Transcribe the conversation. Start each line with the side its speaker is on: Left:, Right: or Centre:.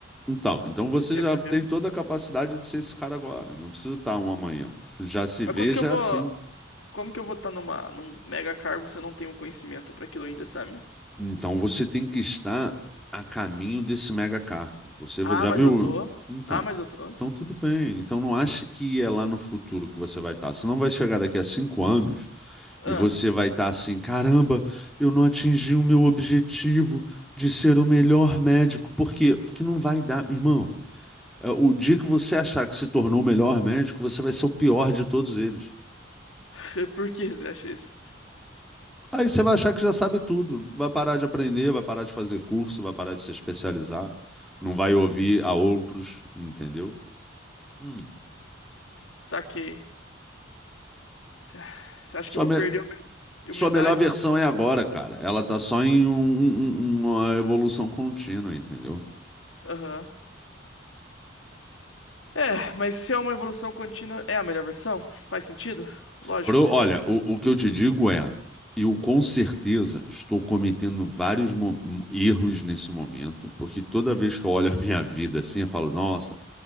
Centre: então, então você
Left: Por quê?
Centre: já
Left: Por
Centre: tem
Left: quê?
Centre: toda a capacidade de ser esse cara agora, não precisa estar um amanhã. Já se veja
Left: Mas como que eu vou,
Centre: assim.
Left: como que eu vou estar numa, num mega cargo se eu não tenho conhecimento pra aquilo ainda, sabe?
Centre: Então você tem que estar a caminho desse mega cargo. Você
Left: Ah,
Centre: vai- já
Left: mas
Centre: viu?
Left: eu tô.
Centre: Então,
Left: Ah, mas eu tô.
Centre: então tudo bem. Então não ache que é lá no futuro que você vai estar. Você não vai chegar daqui a cinco anos
Left: Ah,
Centre: e você vai estar assim, caramba, eu não atingi o meu objetivo de ser o melhor médico. Por quê? Porque não vai dar, meu irmão. É, O dia que você achar que se tornou o melhor médico, você vai ser o pior de todos eles.
Left: <laughs> por que você acha isso?
Centre: Aí você vai achar que já sabe tudo, vai parar de aprender, vai parar de fazer curso, vai parar de se especializar, não vai ouvir a outros,
Left: Hum,
Centre: entendeu? Hum.
Left: saquei. Você você acha
Centre: Sua,
Left: que eu vou
Centre: me-
Left: perder a minha
Centre: sua
Left: humildade?
Centre: melhor versão é agora, cara. Ela tá só em um- um- um- uma evolução contínua, entendeu?
Left: Aham. É, mas se é uma evolução contínua, é a melhor versão? Faz sentido? Lógico.
Centre: Pro- olha, o, o que eu te digo é, eu com certeza estou cometendo vários mo- erros nesse momento, porque toda vez que eu olho a minha vida assim, eu falo, nossa,